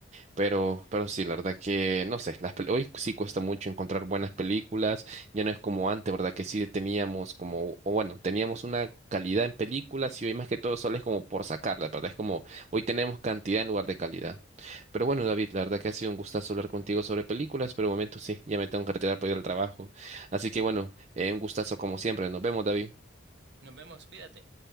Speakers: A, on the right; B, on the right.
A: Pero, pero sí, la verdad que, no sé, las pel- hoy sí cuesta mucho encontrar buenas películas, ya no es como antes, ¿verdad? Que sí teníamos como, o bueno, teníamos una calidad en películas y hoy más que todo solo es como por sacarla, ¿verdad? Es como, hoy tenemos cantidad en lugar de calidad. Pero bueno, David, la verdad que ha sido un gustazo hablar contigo sobre películas, pero de momento sí, ya me tengo que retirar para ir al trabajo. Así que bueno, eh, un gustazo como siempre, nos vemos, David.
B: Nos vemos, cuídate.